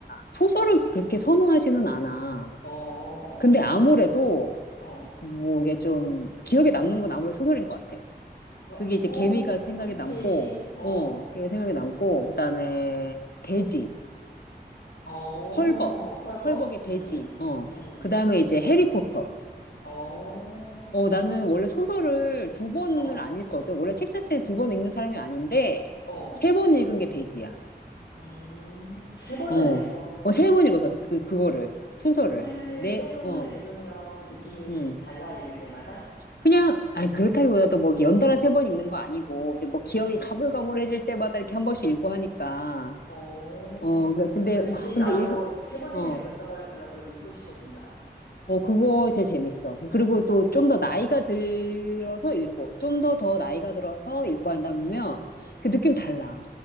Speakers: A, on the left; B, on the left.
A: 소설을 그렇게 선호하지는 않아.
B: 어,
A: 근데 아무래도,
B: 어,
A: 뭐, 이게 좀, 기억에 남는 건 아무래도 소설인 것 같아.
B: 뭐,
A: 그게 이제
B: 어,
A: 개미가 생각이
B: 그치,
A: 남고,
B: 어,
A: 어, 개미가 생각이 남고, 그 다음에 돼지,
B: 어,
A: 펄벅,
B: 펄벅,
A: 펄벅의 돼지,
B: 음,
A: 어,
B: 음,
A: 그 다음에 이제 해리포터.
B: 어,
A: 어, 나는 원래 소설을 두 번을
B: 어,
A: 안 읽거든. 원래 책 자체를 두 번 읽는 사람이 아닌데,
B: 어,
A: 세 번 읽은 게 돼지야.
B: 음, 세 번을
A: 어,
B: 읽어.
A: 어, 세 번 읽어서 그, 그거를, 소설을.
B: 책을
A: 내,
B: 세 번을
A: 어,
B: 읽으면 느낌이
A: 음.
B: 달라, 읽을 때마다?
A: 그냥, 아, 그렇다기보다도 뭐, 이렇게 연달아 세 번 읽는 거 아니고, 이제 뭐 기억이
B: 음,
A: 가물가물해질 때마다 이렇게 한 번씩 읽고 하니까.
B: 어,
A: 어, 그- 근데,
B: 왠지
A: 아, 근데
B: 나도
A: 읽,
B: 세 번이나
A: 어,
B: 읽었다고 하니까 나도 읽고 싶어진다.
A: 어, 그거 제 재밌어. 그리고
B: 어,
A: 또 좀 더 나이가 들어서 읽고, 좀 더 더 나이가 들어서 읽고 한다면
B: 음,
A: 그 느낌 달라.